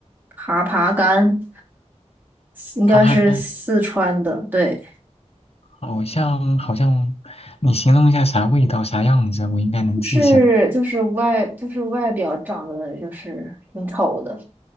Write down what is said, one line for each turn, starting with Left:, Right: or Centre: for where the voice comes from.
Right: 爬爬柑？应该是四川的，
Left: 爬爬柑。
Right: 对，
Left: 好像好像，你形容一下啥味道啥样子，我应该能记下来。
Right: 是就是外就是外表长得就是挺丑的，